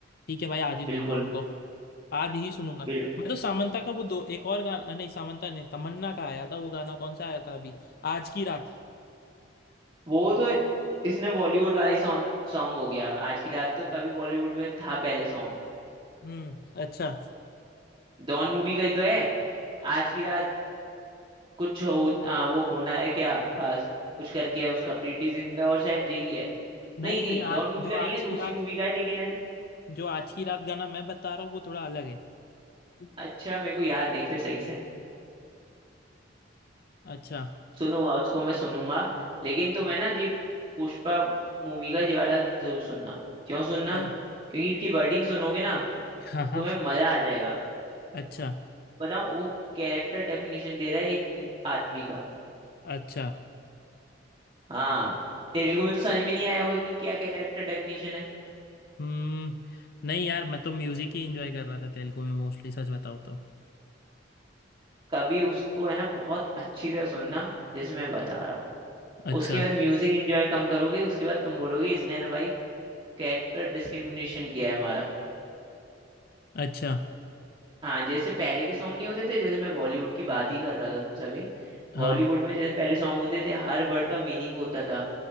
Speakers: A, on the left; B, on the right.
A: ठीक है भाई आज ही
B: बिल्कुल
A: सुनता हूँ रुको आज ही सुनूंगा
B: बिल,
A: मैं तो सामंता का वो दो एक और गाना नहीं सामंता ने तमन्ना का आया था वो गाना कौन सा आया था अभी आज की रात
B: वो तो इसने बॉलीवुड वाला ही सॉन्ग सॉन्ग हो गया आज की रात तो कभी बॉलीवुड में था पहले सॉन्ग
A: हम्म अच्छा
B: डॉन मूवी का ही तो है आज की रात कुछ हो आ, वो होना है क्या खास कुछ करके है उसका प्रीटी जिंटा और शायद यही है
A: नहीं
B: नहीं नहीं
A: नहीं आ,
B: डॉन मूवी
A: जो
B: का नहीं
A: आज
B: है दूसरी
A: की रात
B: मूवी का है लेकिन है
A: जो आज की रात गाना मैं बता रहा हूँ वो थोड़ा अलग है <laughs>
B: अच्छा मेरे को याद नहीं फिर सही से
A: अच्छा
B: सुनूंगा उसको मैं सुनूंगा लेकिन तो मैं ना ये पुष्पा मूवी का ये वाला जरूर सुनना क्यों सुनना
A: अरे
B: क्योंकि इसकी वर्डिंग सुनोगे ना
A: हाँ हाँ
B: तुम्हें मजा आ जाएगा
A: अच्छा
B: बताऊं वो कैरेक्टर डेफिनेशन दे रहा है एक इन- आदमी का
A: अच्छा
B: हाँ तेलुगु में तो समझ में नहीं आया होगा कि क्या कैरेक्टर डेफिनेशन है
A: हम्म नहीं यार मैं तो म्यूजिक ही इंजॉय कर रहा था तेलुगु में मोस्टली सच बताओ तो
B: कभी उसको है ना बहुत अच्छी तरह सुनना जैसे मैं बता रहा हूँ
A: अच्छा
B: उसके बाद म्यूजिक एंजॉय कम करोगे उसके बाद तुम बोलोगे इसने ना भाई कैरेक्टर डिस्क्रिमिनेशन किया है हमारा
A: अच्छा
B: हाँ जैसे पहले के सॉन्ग नहीं होते थे जैसे मैं बॉलीवुड की बात ही कर रहा था तुमसे अभी
A: हाँ
B: बॉलीवुड में जैसे पहले सॉन्ग होते थे हर वर्ड का मीनिंग होता था